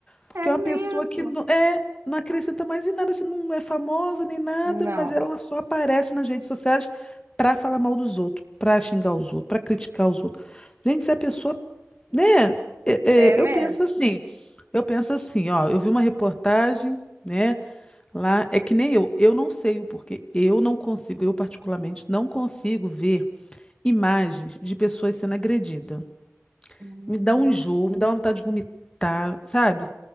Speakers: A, on the left; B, on the right.
A: Porque
B: É
A: é uma pessoa
B: mesmo.
A: que não, é, não acrescenta mais em nada, assim, não é famosa nem nada,
B: Não,
A: mas ela só aparece nas redes sociais para falar mal dos outros, para xingar os outros, para criticar os outros. Gente, se a pessoa, né? é-
B: é
A: é,
B: mesmo.
A: eu penso assim, eu penso assim, ó, eu vi uma reportagem, né? Lá é que nem eu, eu não sei o porquê, eu não consigo, eu particularmente não consigo ver imagens de pessoas sendo agredidas.
B: Hum.
A: Me dá um enjoo, me dá uma vontade de vomitar, sabe?